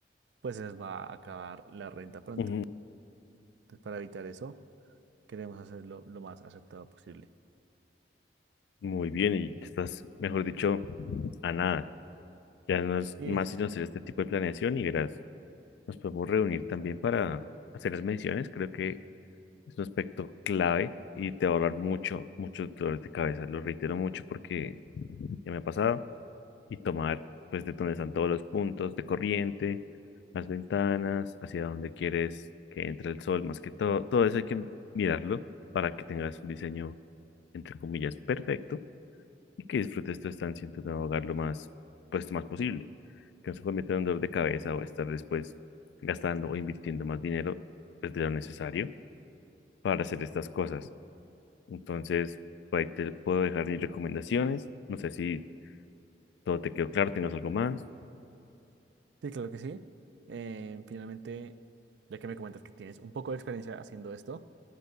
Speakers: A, on the right; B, on the left.
A: pues se les va a acabar la renta pronto.
B: Ujú,
A: Entonces, para evitar eso queremos hacerlo lo más acertado posible.
B: Muy bien, y estás, mejor dicho, a nada. Ya no es
A: Sí,
B: más sino hacer este tipo de planeación y verás, nos podemos reunir también para hacer las mediciones. Creo que es un aspecto clave y te va a ahorrar mucho, muchos dolores de cabeza. Lo reitero mucho porque ya me ha pasado y tomar pues de donde están todos los puntos de corriente, las ventanas, hacia donde quieres que entre el sol, más que todo, todo eso hay que mirarlo para que tengas un diseño entre comillas perfecto y que disfrutes tu estancia en tu nuevo hogar lo más pues lo más posible, que no se convierta en un dolor de cabeza o estar después gastando o invirtiendo más dinero pues de lo necesario para hacer estas cosas. Entonces, por ahí te puedo dejar mis recomendaciones, no sé si todo te quedó claro, tengas algo más.
A: sí, claro que sí. Eh, finalmente, ya que me comentas que tienes un poco de experiencia haciendo esto,